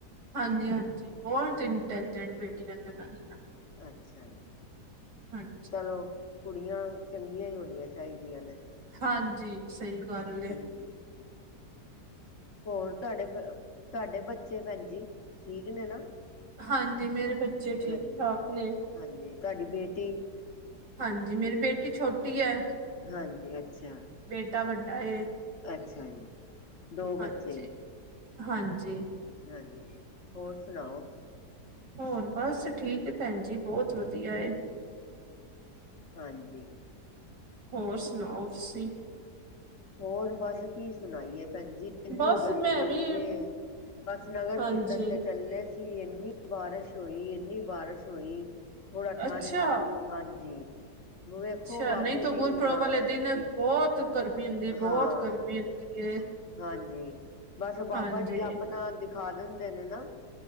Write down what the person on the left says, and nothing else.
ਅੱਛਾ ਜੀ।
ਚਲੋ ਕੁੜੀਆਂ ਚੰਗੀਆਂ ਈ ਹੋਣੀਆਂ ਚਾਈਦੀਆਂ ਨੇ।
<unintelligible> ਹੋਰ ਤੁਆਡੇ ਬ ਤੁਆਡੇ ਬੱਚੇ ਭੈਣ ਜੀ ਠੀਕ ਨੇ ਨਾ।
ਹਾਂਜੀ
ਹਾਂਜੀ, ਤੁਆਡੀ ਬੇਟੀ।
ਹਾਂਜੀ, ਅੱਛਾ।
ਅੱਛਾ ਜੀ। ਦੋ ਬੱਚੇ
ਹਾਂਜੀ, ਹੋਰ ਸੁਣਾਓ।
ਹਾਂਜੀ।
ਹੋਰ ਬਸ ਕੀ ਸੁਣਾਈਏ ਭੈਣ ਜੀ। ਇੰਨੀ
ਗਰਮੀ
ਹੋਈਦੀ
ਏ, ਬਸ ਨਗਰ
ਕੀਰਤਨ ਤੇ ਚੱਲੇ ਸੀ ਇੰਨੀ ਬਾਰਿਸ਼ ਹੋਈ, ਇੰਨੀ ਬਾਰਿਸ਼ ਹੋਈ ਥੋੜਾ ਠੰਡ
ਆ। ਹਾਂਜੀ, ਵੇਖੋ
ਬਾਬੇ
ਦੀ
ਹਾਂ
ਜੀ।
ਹਾਂ,
ਹਾਂਜੀ। ਬਸ ਬਾਬਾ
ਜੀ ਆਪਣਾ ਦਿ ਖਾ ਦਿੰਦੇ ਨੇ ਨਾ,